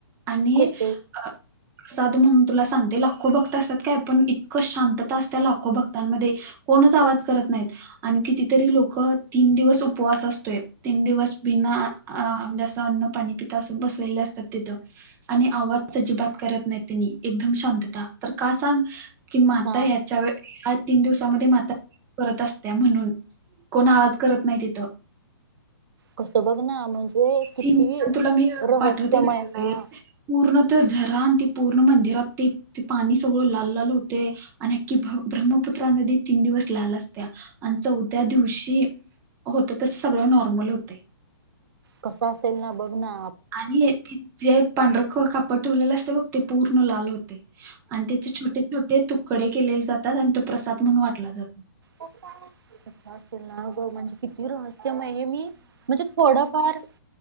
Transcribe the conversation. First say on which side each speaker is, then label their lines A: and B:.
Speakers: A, on the right (about 20°); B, on the right (about 65°).
A: आणि
B: कस
A: प्रसाद म्हणून तुला सांगते. लाख लाखो भक्त असतात काय. पण इतकं शांतता असते लाखो भक्तांमध्ये. कोणच आवाज करत नायेत. आण कितीतरी लोक तीन दिवस उपवास असतोय. तीन दिवस बिना अ म्हणजे असं न अन्न पाणी पिता असं बसलेले असतात तिथं. आणि आवाज अजिबात करत नाही. त्यांनी एकदम शांतता. तर का सांग की माता
B: हा
A: यात व आज तीन दिवसामध्ये माता <unintelligible> करत असत्या म्हणून. कोण आवाज करत नाही तिथं.
B: कसं बघ ना. म्हणजे किती
A: तीन तुला मी
B: रहस्यमय.
A: पाठवते व्हिडिओ वगैरे
B: ह.
A: पूर्ण ते झरा आणि ते पूर्ण मंदिरात. ते ते पाणी सगळं लाल लाल होते. आणिअख्यी ब्रह्मपुत्रामध्ये तीन दिवस लाला असतेया. आणि चौथ्या दिवशी होत तस सगळं नॉर्मल होतय.
B: कस असेल ना. बघना.
A: आणि ती जे पांढर कापड ठेवलेलं असतय बघ. ते पूर्ण लाल होते. आणि त्याचे छोटे छोटे तुक कडे केलेले जातात. आणि तो प्रसाद म्हणून वाटला जातो.
B: कस असेल ना ग, म्हणजे किती रहस्यमये. हे मी म्हणजे थोडंफार